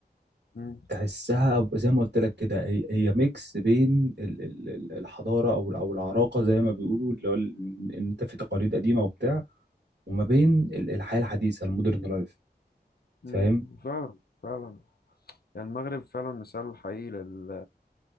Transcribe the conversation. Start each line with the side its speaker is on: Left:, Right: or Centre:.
Left: مم،
Right: تحسها ب- زي ما قلت لك كده هي هي ميكس بين ال- ال- ال- الحضاره او او العراقه زي ما بيقولوا اللي هو ال- ان انت في تقاليد قديمه وبتاع وما بين ال- الحياه الحديثه المودرن لايف
Left: مم.
Right: فاهم
Left: فعلا فعلا يعني المغرب فعلا مثال حقيقي لل-